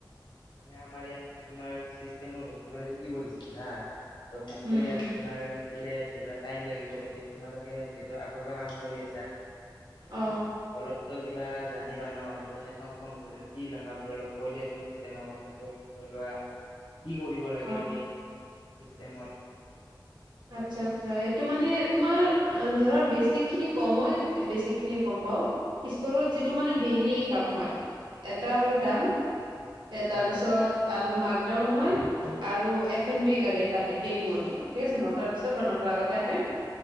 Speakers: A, on the left; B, on the right.
A: মানে আমাৰ ইয়াতে তোমাৰ ছিচ তেমৰ বস্তু বিলাক শিকিব দিছিল হা ত' মোকতো
B: উম
A: ইয়াতে তোমাৰ শিকিলে ধৰি লোৱা টাইম লাগিব এতিয়া তোমালোকে যিহেতু আগৰ পৰা কাম কৰি আছা
B: অ
A: অলপতো কিবা জানিবা ন সেইটো কাৰণে তোমাক ফোন কৰিলো কি জানা বোৰ অলপ কৈ দিয়াচোন চিষ্টেমৰ কথা হাতত ধৰি লোৱা কি কৰিব লাগে আমি
B: অ
A: চিষ্টেমত।
B: আচ্ছা, আচ্ছা এইটো মানে তোমাৰ ধৰা বেছি খিনি কমই বেছি খিনি গ'ম পাওঁ। ষ্ট'ৰত যিটো মানে ডেইলি কাম হয়, এটা হ'ল দাম এ তাৰ
A: হা
B: পিছত আৰু মাকডাউন হয় আৰু এফ এন বি গাড়ী এটা আহে ডেইলি মৰ্ণিঙত ঠিক আছে নটাৰ পিছত বা নটাৰ আগতে আহে